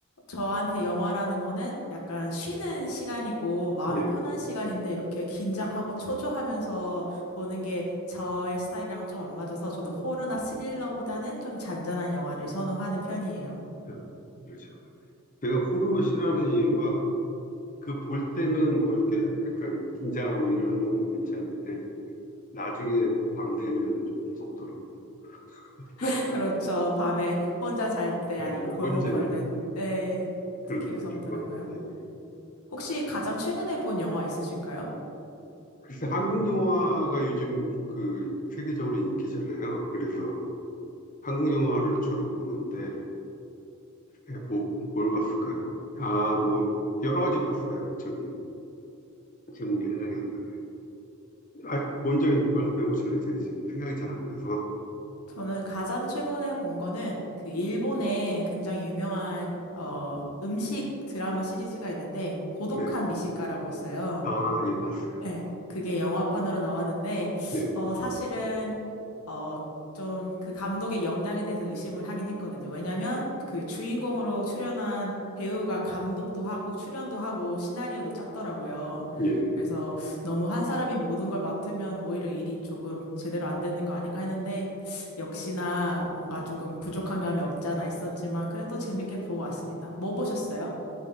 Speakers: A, on the left (about 85°); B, on the left (about 35°).
A: 저한테 영화라는 거는 약간 쉬는 시간이고 마음이
B: 예,
A: 편한 시간인데 이렇게 긴장하고 초조하면서 보는 게 저의 스타일이랑은 좀 안 맞아서 저도 호러나 스릴러보다는 좀 잔잔한 영화를 선호하는 편이에요.
B: 음, 그런 식으로. 내가 호러 싫어하는 이유가 그 볼 때는 뭐 이렇게 약간 긴장하고 이러는 거는 괜찮은데 나중에 밤 되면 좀 무섭더라고요. <laughs>
A: <laughs> 그렇죠. 밤에 혼자 잘 때
B: 에,
A: 아니면 골목
B: 혼자
A: 걸을
B: 에,
A: 때 에,
B: 그럴
A: 특히
B: 때
A: 무섭더라고요.
B: 그래서 예.
A: 혹시 가장 최근에 본 영화 있으실까요?
B: 글쎄 한국 영화가 요즘 그 세계적으로 인기잖아요. 그래서 한국 영화를 주로 보는데 예, 뭐, 뭘 봤을까요? 아, 뭐 여러 가지 봤어요. 저기 제목이 생각이 안 나네. 아, 먼저 말씀해 보실래요? 제가 지금 생각이 잘 안 나서.
A: 저는 가장 최근에 본 거는 그 일본의 굉장히 유명한 어 음식 드라마 시리즈가 있는데 고독한
B: 네.
A: 미식가라고 있어요.
B: 아, 예, 봤어요.
A: 네, 그게 영화판으로 나왔는데,
B: 네.
A: 어, 사실은, 어, 좀 그 감독의 역량에 대해서 의심을 하긴 했거든요. 왜냐면 그 주인공으로 출연한 배우가 감독도 하고 출연도 하고 시나리오도 짰더라고요.
B: 네. 예.
A: 그래서 너무 한 사람이 모든 걸 맡으면 오히려 일이 조금 제대로 안 되는 거 아닌가 했는데, 역시나 뭔가 조금 부족한 감이 없지 않아 있었지만, 그래도 재밌게 보고 왔습니다. 뭐 보셨어요?